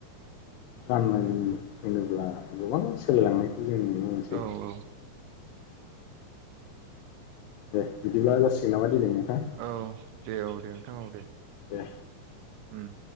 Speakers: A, on the left; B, on the right.
A: गाननाय
B: उम
A: होनोब्ला गोबां सोलायलांनायखौ जों मोनसै
B: औ औ।
A: दे बिदिब्ला जासिगोन नामा दिनै नोंथां?
B: औ दे औ दे नोंथां औ दे
A: दे
B: उम।